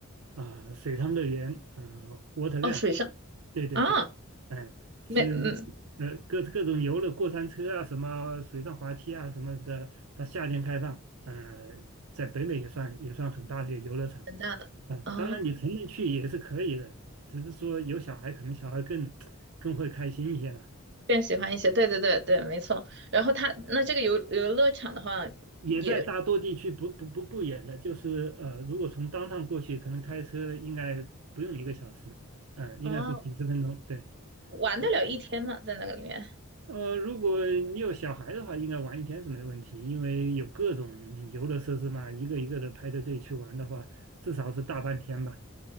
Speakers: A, on the right (about 80°); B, on the right (about 55°).
A: 啊、呃水上乐园啊、呃 Waterland，
B: 哦，水上
A: 对对对，
B: 啊，
A: 哎、是
B: 没嗯，
A: 呃各各种游乐过山车啊，什么水上滑梯啊什么的，它夏天开放，呃，在北美也算也算很大的一个游乐场。
B: 很大的啊，
A: 啊，当然你成人去也是可以的，只是说有小孩，可能小孩更更会开心一些了。
B: 更喜欢一些，对对对对，没错。然后他那这个游游乐场的话
A: 也在大多地区不不不不远的，
B: 也
A: 就是呃，如果从当趟过去，可能开车应该不用一个小时，嗯、应该是几十分钟，
B: 哦，
A: 对。
B: 玩得了一天嘛，
A: 所以
B: 在那个里面。
A: 呃，如果你有小孩的话，应该玩一天是没问题，因为有各种游乐设施嘛，一个一个的排着队去玩的话，至少是大半天吧。